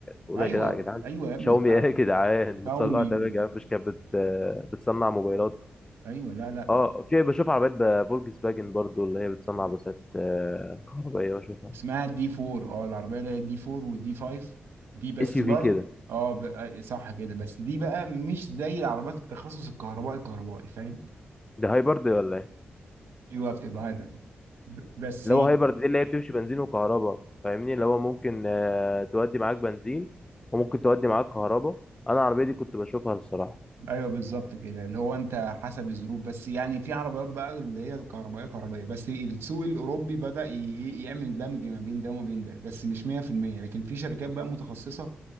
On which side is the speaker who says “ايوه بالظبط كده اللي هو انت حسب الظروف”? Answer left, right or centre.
Right